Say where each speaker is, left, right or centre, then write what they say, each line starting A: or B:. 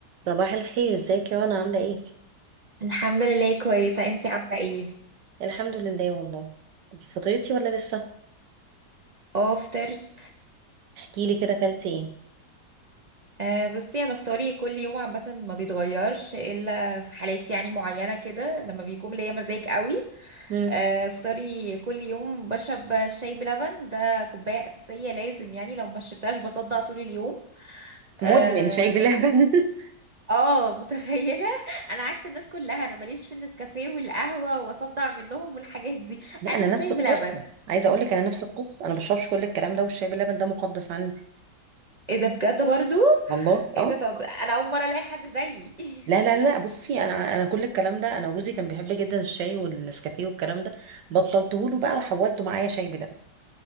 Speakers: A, on the right (about 85°); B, on the right (about 70°).
A: صباح الخير ازيك يا رنا عاملة ايه؟
B: الحمد لله كويسة انتي عاملة ايه؟
A: الحمد لله والله فطرتي ولا لسه؟
B: اه فطرت
A: احكيلي كده اكلتي ايه؟
B: آه بصي انا فطاري كل يوم عامة ما بيتغيرش الا في حالات يعني معينة كده لما بيكون ليا مزاج قوي
A: مم.
B: آه فطاري كل يوم بشرب شاي بلبن ده كوباية اساسية لازم يعني لو ما شربتهاش بصدع طول اليوم اه
A: مدمن شاي بلبن <laughs>
B: آه، متخيلة <laughs> انا عكس الناس كلها انا ماليش في النسكافيه والقهوة واصدع منهم والحاجات دي
A: لا
B: انا
A: انا
B: الشاي
A: نفس القصه
B: بلبن
A: عايزه اقول لك انا نفس القصه انا ما بشربش كل الكلام ده والشاي باللبن ده مقدس عندي
B: ايه ده بجد برضو
A: والله
B: ايه
A: اه
B: ده طب انا اول مره الاقي حد زيي
A: لا
B: <laughs>
A: لا لا بصي انا انا كل الكلام ده انا جوزي كان بيحب جدا الشاي والنسكافيه والكلام ده بطلته له بقى
B: اه
A: وحولته معايا شاي بلبن